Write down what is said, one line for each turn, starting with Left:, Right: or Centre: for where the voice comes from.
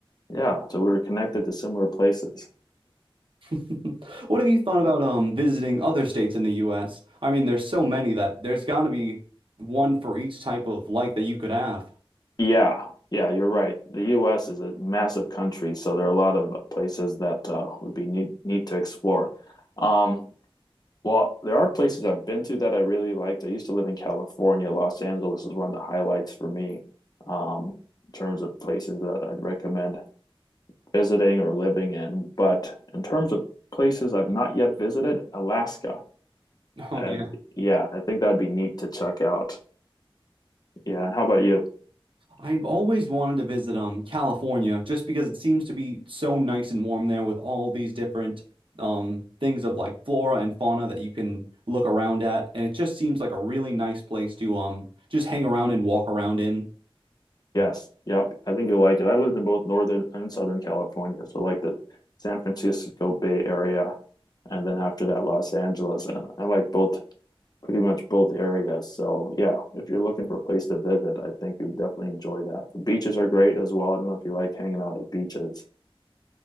Left: yeah, so we were connected to similar places.
Right: <laughs> What have you thought about um visiting other states in the US? I mean, there's so many that there's got to be one for each type of life that you could have.
Left: Yeah, yeah, you're right. The U.S. is a massive country, so there are a lot of places that uh, would be neat, neat to explore. Um, Well, there are places I've been to that I really liked. I used to live in California. Los Angeles is one of the highlights for me, um, in terms of places that I'd recommend visiting or living in. But in terms of places I've not yet visited, Alaska.
Right: <laughs> Oh
Left: i
Right: yeah.
Left: yeah, I think that'd be neat to check out. Yeah, and how about you?
Right: I've always wanted to visit um California just because it seems to be so nice and warm there with all these different um things of like flora and fauna that you can look around at and it just seems like a really nice place to um just hang around and walk around in.
Left: Yes, yep. I think you'll like it. I lived in both Northern and Southern California, so like the San Francisco Bay Area, and then after that, Los Angeles. And I like both pretty much both areas. So yeah, if you're looking for a place to visit, I think you'd definitely enjoy that. The beaches are great as well. I don't know if you like hanging out at beaches,